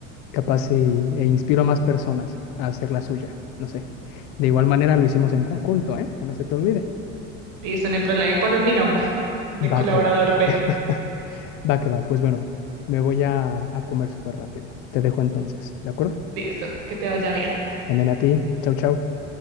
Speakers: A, on the left (about 35°); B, on the right (about 45°).
A: Capaz y- e, inspiro a más personas a hacer la suya. No sé. De igual manera lo hicimos en conjunto, ¿eh? Que no se te olvide.
B: Listo, no hay problema. Y pones mi nombre de colaborador
A: Va que va.
B: B.
A: <laughs> Va que va. Pues bueno, me voy a, a comer súper rápido. Te dejo entonces, ¿de acuerdo?
B: Listo, que te vaya bien.
A: También a ti. Chau, chau.